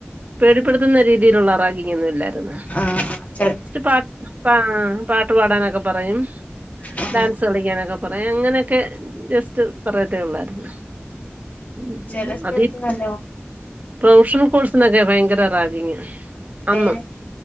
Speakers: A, on the right (about 40°); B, on the left (about 35°).
A: പേടിപ്പെട്ത്തുന്ന രീതീല്ള്ള റാഗിങ്ങൊന്നും ഇല്ലായിര്ന്നു.
B: ആഹ് ആ.
A: പാ ആഹ് പാട്ട് പാടാനൊക്കെ പറയും.
B: ആഹ്
A: ഡാൻസ് കളിക്കാനൊക്കെ പറയും. അങ്ങനെക്കെ ജസ്റ്റ് പറയത്തെ ഒള്ളായിര്ന്നു. <unintelligible>
B: ചെല സ്ഥലത്ത്
A: അതി
B: നല്ലോണം
A: പ്രൊഫഷണൽ കോഴ്സിനൊക്കെ ഭയങ്കര റാഗിങാ. അന്ന്
B: ഏഹ്